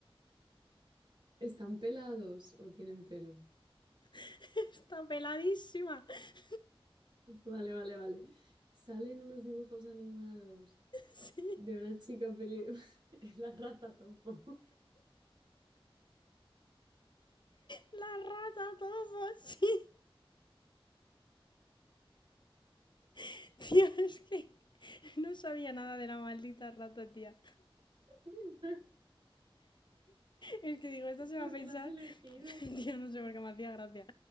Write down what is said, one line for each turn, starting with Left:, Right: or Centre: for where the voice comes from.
Right: ¿están pelados o tienen pelo?
Left: <laughs> Está peladísima. <laughs>
Right: Vale, vale, vale. Salen unos dibujos animados
Left: Sí.
Right: de una chica peli... <laughs> Es la rata tampoco.
Left: La rata todo, sí. <laughs> Tía, es que no sabía nada de la maldita rata, tía.
Right: <laughs>
Left: Es que digo, esta se
Right: ¿Por
Left: va a pensar.
Right: qué la has elegido?
Left: <laughs> Tía, no sé por qué me hacía gracia.